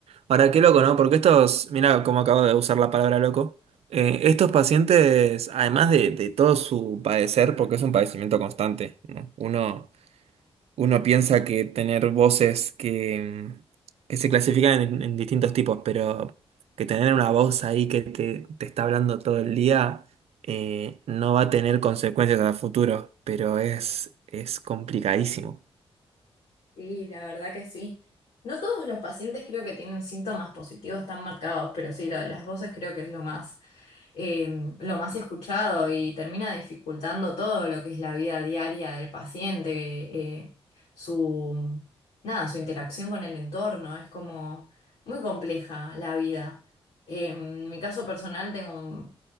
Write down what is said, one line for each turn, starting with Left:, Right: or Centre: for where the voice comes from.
Right: Ahora, qué loco, ¿no? Porque estos, mira cómo acabo de usar la palabra loco, Eh, estos pacientes, además de, de todo su padecer, porque es un padecimiento constante, ¿no? Uno, uno piensa que tener voces que, que se clasifican en, en distintos tipos, pero que tener una voz ahí que te, te está hablando todo el día, eh, no va a tener consecuencias a futuro, pero es, es complicadísimo.
Left: Sí, la verdad que sí. No todos los pacientes creo que tienen síntomas positivos tan marcados, pero sí, lo de las voces creo que es lo más eh, lo más escuchado y termina dificultando todo lo que es la vida diaria del paciente, eh, su, nada, su interacción con el entorno. Es como muy compleja la vida. Eh, en mi caso personal tengo un-